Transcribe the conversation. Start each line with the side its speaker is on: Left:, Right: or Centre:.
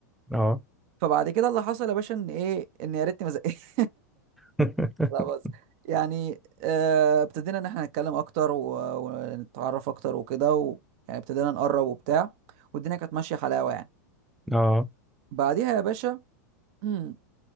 Centre: اه
Right: فبعد كده اللي حصل يا باشا ان ايه ان يا ريتني ما زقتش
Centre: <laughs>
Right: <laughs> لا بس يعني آه، ابتدينا ان احنا نتكلم اكتر و- ونتعرف اكتر وكده و... يعني ابتدينا نقرب وبتاع والدنيا كانت ماشيه حلاوه يعني
Centre: اه
Right: بعديها يا باشا <clears throat>